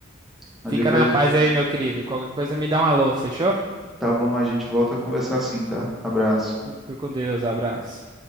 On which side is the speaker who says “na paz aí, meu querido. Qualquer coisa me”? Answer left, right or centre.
Right